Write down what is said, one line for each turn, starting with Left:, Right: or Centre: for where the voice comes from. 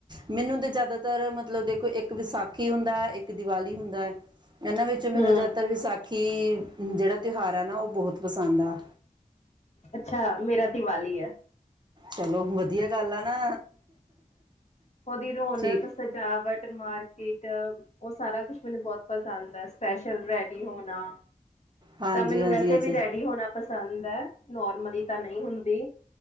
Right: ਮੈਨੂੰ ਤਾਂ ਜ਼ਿਆਦਾਤਰ ਮਤਲਬ ਦੇਖੋ ਇੱਕ ਵਿਸਾਖੀ ਹੁੰਦਾ ਹੈ ਇੱਕ ਦੀਵਾਲੀ ਹੁੰਦਾ ਹੈ। ਇਹਨਾਂ ਵਿੱਚ ਮੈਨੂੰ
Left: ਹੂੰ
Right: ਜ਼ਿਆਦਾਤਰ ਵਿਸਾਖੀ ਜਿਹੜਾ ਤਿਉਹਾਰ ਆ ਨਾ ਉਹ ਬਹੁਤ ਪਸੰਦ ਆ।
Left: ਅੱਛਾ ਮੇਰਾ ਦੀਵਾਲੀ ਆ।
Right: ਚਲੋ ਵਧੀਆ ਗੱਲ ਆ ਨਾ।
Left: ਉਹਦੀ ਰੌਣਕ
Right: ਠੀਕ
Left: ਸਜਾਵਟ ਮਾਰਕੀਟ ਉਹ ਸਾਰਾ ਕੁੱਛ ਮੈਨੂੰ ਬਹੁਤ ਪਸੰਦ ਆ ਸਪੈਸ਼ਲ ਰੈਡੀ ਹੋਣਾ।
Right: ਹਾਂਜੀ
Left: ਤਾਂ ਮੈਨੂੰ
Right: ਹਾਂਜੀ
Left: ਵੈਸੇ
Right: ਇਹ
Left: ਵੀ
Right: ਚੀਜ਼
Left: ਰੈਡੀ ਹੋਣਾ ਪਸੰਦ ਹੈ। ਨੋਰਮਲੀ ਤਾਂ ਨਹੀਂ ਹੁੰਦੀ।